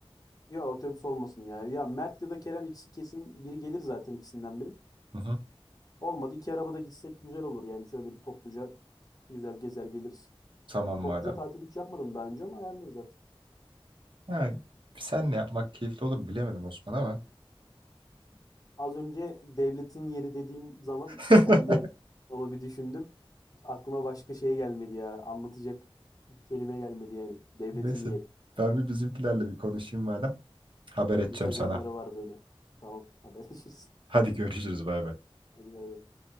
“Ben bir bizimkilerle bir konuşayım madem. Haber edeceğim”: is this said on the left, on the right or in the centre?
Right